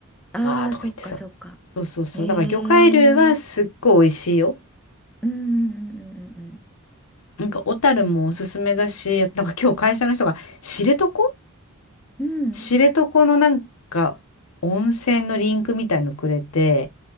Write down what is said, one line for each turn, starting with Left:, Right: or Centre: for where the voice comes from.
Centre: ああ、
Left: わーとか言ってさ。
Centre: そっかそっか。
Left: そうそうそう。
Centre: えー、
Left: だから魚介類はすっごい美味しいよ。
Centre: うんうんうんうん
Left: なんか小樽もおすすめだし、なんか今日会社の人が知床
Centre: うんうん。
Left: 知床のなんか温泉のリンクみたいのくれて、